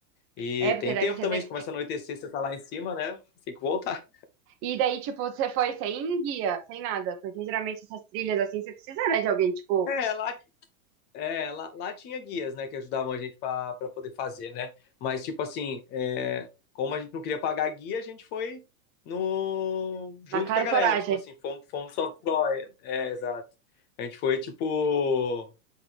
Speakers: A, on the left; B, on the right.
A: E
B: É, porque
A: tem tempo
B: deve ser,
A: também,
B: tem,
A: se começa a anoitecer, você tá lá em cima, né? Tem que voltar.
B: E daí, tipo, você foi sem guia, sem nada. Porque geralmente essas trilhas assim, você precisa, né, de alguém, tipo,
A: É, lá, é, lá, lá tinha guias, né, que ajudavam a gente pra pra poder fazer, né? Mas, tipo assim, é, como a gente não queria pagar guia, a gente foi no junto
B: na cara
A: com a galera,
B: e coragem.
A: tipo assim, fomos, fomos só pró, é, é, exato. A gente foi, tipo,